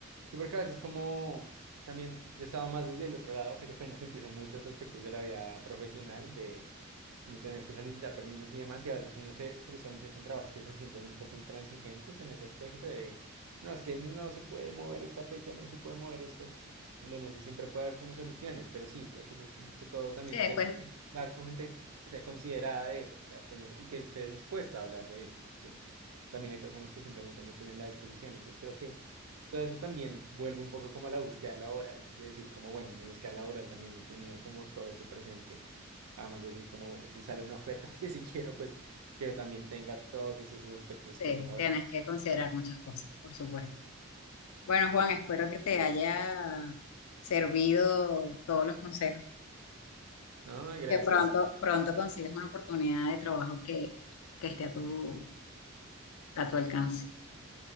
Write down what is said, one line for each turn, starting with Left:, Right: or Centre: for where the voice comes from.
Right: Sí, porque a veces como también yo he estado más desde el otro lado porque apenas empiezo muchos aspectos de la vida profesional, de de tener que solicitar permisos y demás, y a veces uno se frustra mucho con trabajos que se sienten un poco intransigentes en ese aspecto de, no, es que no se puede mover esta fecha, no se puede mover esto, cuando no se siempre puede haber como soluciones, pero sí, lo que sé es más que todo también
Left: Sí, después
Right: ser, hablar con gente que sea considerada de eso, o sea, tener y que esté dispuesta a hablar de eso, porque también hay personas que simplemente no tienen la disposición. Entonces creo que todo eso también vuelve un poco como a la búsqueda laboral, de decir como, bueno, en mi búsqueda laboral también he tenido como todo eso presente. Además de decir como, bueno, y si sale una oferta <laughs> que sí quiero, pues que también tenga todos esos aspectos
Left: este,
Right: que hemos hablado.
Left: tienes que considerar muchas cosas, por supuesto. Bueno, Juan, espero que te haya servido todos los consejos
Right: No, gracias,
Left: que pronto,
Right: sí,
Left: pronto consigas una oportunidad de trabajo que, que esté a tu, a tu alcance.